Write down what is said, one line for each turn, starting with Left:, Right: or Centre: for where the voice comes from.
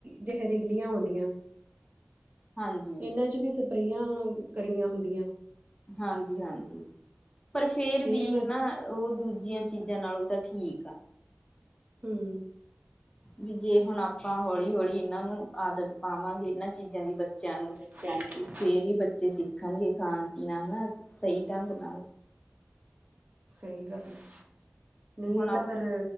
Right: ਜ਼ਹਿਰੀਲੀਆਂ ਆਉਂਦੀਆਂ
Left: ਹਾਂਜੀ
Right: ਇਹਨਾਂ ਚ ਵੀ ਸਭ। ਸਪਰੇਆਂ ਕਰੀਆਂ ਹੁੰਦੀਆਂ।
Left: ਹਾਂਜੀ ਹਾਂਜੀ, ਪਰ ਫੇਰ
Right: ਇਹ
Left: ਵੀ ਹ
Right: ਬਸ
Left: ਨਾ‌। ਉਹ ਦੂਜੀਆਂ ਚੀਜ਼ਾਂ ਨਾਲੋਂ ਤਾਂ ਠੀਕ ਆ।
Right: ਹੂੰ
Left: ਵੀ ਜੇ ਹੁਣ ਆਪਾਂ ਹੌਲੀ ਹੌਲੀ ਇਹਨਾਂ ਨੂੰ ਆਦਤ ਪਾਵਾਂਗੇ ਇਹਨਾਂ ਚੀਜ਼ਾਂ ਦੀ ਵਧੀ। ਬੱਚਿਆਂ ਨੂੰ
Right: ਬੱਚਿਆਂ ਨੂੰ
Left: ਤੇ ਫੇਰ ਹੀ ਬੱਚੇ ਸਿੱਖਣਗੇ ਖਾਣ ਪੀਣਾ ਹਨਾ ਸਹੀ ਢੰਗ ਨਾਲ।
Right: ਸਹੀ ਗੱਲ ਆ ਨਹੀਂ
Left: ਹੁਣ
Right: ਇਹ ਤਾਂ ਫਿਰ।